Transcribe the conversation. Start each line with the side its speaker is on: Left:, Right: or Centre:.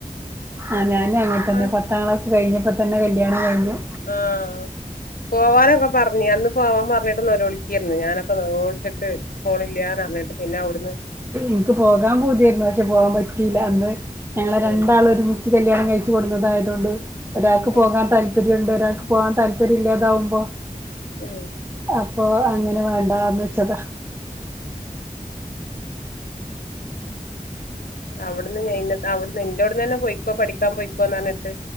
Right: ആഹ് ഞാനും അങ്ങൻ തന്നെ
Left: ആഹ്
Right: പത്താം ക്ലാസ് കയിഞ്ഞപ്പോ തന്നെ കല്യാണം കയിഞ്ഞു.
Left: ആഹ് പോവാനൊക്കെ പർഞ്ഞെ അന്ന് പോവാൻ പർഞ്ഞിട്ട് നെലോളിക്കേര്ന്ന് ഞാനൊക്കെ നെലോൾച്ച്ട്ട് പോണില്ലാന്നർഞ്ഞിട്ട് പിന്നെ അവ്ടുന്ന്
Right: ഇൻക്ക് പോകാൻ പൂതിയായിര്ന്നു പഷെ പോവാൻ പറ്റിയില്ല. അന്ന് ഞങ്ങളെ രണ്ടാള്
Left: ഉം
Right: ഒരുമി ച്ച് കല്യാണം കയിച്ചു കൊട്ന്നതായതോണ്ട് ഒരാക്ക്
Left: ഉം
Right: പോകാൻ താല്പര്യണ്ട് ഒരാക്ക് പോവാൻ താല്പര്യല്ലാതാവുമ്പോ
Left: ഉം
Right: അപ്പൊ അങ്ങനെ വേണ്ടാന്ന് വെച്ചതാ
Left: അവ്ടന്ന് അവ്ടുന്ന് ന്റോട്ന്നന്നെ പോയിക്കോ പഠിക്കാൻ പോയിക്കോന്നർഞ്ഞിട്ട്